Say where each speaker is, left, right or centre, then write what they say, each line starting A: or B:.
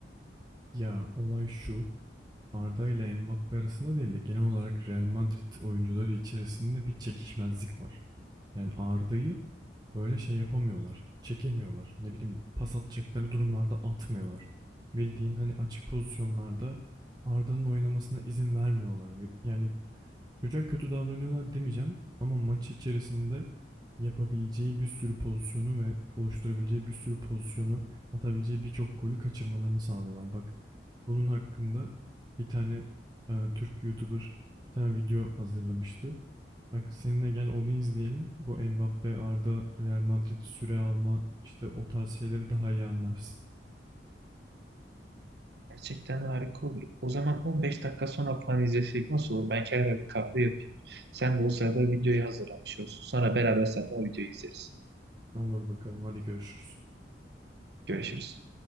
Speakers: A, on the right (about 25°); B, on the right (about 65°).
A: Ya olay şu. Arda ile Mbappe arasında değil de genel olarak Real Madrid oyuncuları içerisinde bir çekişmezlik var. Yani Arda'yı böyle şey yapamıyorlar. Çekemiyorlar. Ne bileyim pas atacakları durumlarda atmıyorlar. Bildiğin hani açık pozisyonlarda Arda'nın oynamasına izin vermiyorlar. Ve Yani çocuğa kötü davranıyorlar demeyeceğim ama maç içerisinde yapabileceği bir sürü pozisyonu ve oluşturabileceği bir sürü pozisyonu atabileceği birçok golü kaçırmalarını sağlıyorlar. Bak bunun hakkında bir tane e, Türk YouTuber bir tane video hazırlamıştı. Bak seninle gel onu izleyelim. Bu Mbappe, Arda, Real Madrid süre alma işte o tarz şeyleri daha iyi anlarsın.
B: Gerçekten harika olur. O zaman 15 dakika sonra falan izlesek nasıl olur? Ben kendime bir kahve yapayım. Sen de o sırada videoyu hazırlamış olsun. Sonra beraber seninle o videoyu izleriz.
A: Ne olur bakalım hadi görüşürüz.
B: Görüşürüz.